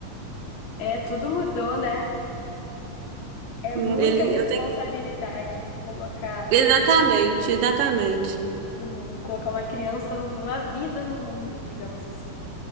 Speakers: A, on the left (about 65°); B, on the right (about 80°).
A: É, tudo mudou, né? É muita
B: Hum, Ele,
A: responsabilidade
B: eu tenho...
A: colocar
B: Exatamente, exatamente.
A: no mundo, colocar uma criança no mundo, uma vida no mundo, digamos assim.